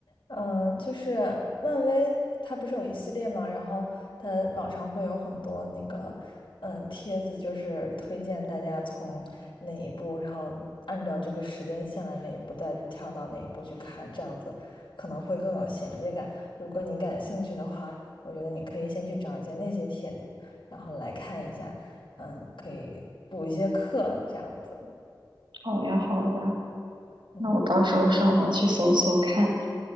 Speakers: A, on the left; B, on the right.
A: 嗯，就是漫威，它不是有一系列嘛，然后它网上会有很多那个，嗯，帖子，就是推荐大家从哪一部，然后按照这个时间线来哪一部，再跳到哪一部去看，这样子可能会更有衔接感。如果你感兴趣的话，我觉得你可以先去找一些那些帖子，然后来看一下，嗯，可以补一些课，这样子。
B: 好呀好呀。
A: 嗯，
B: 那我到时候上网去搜搜看。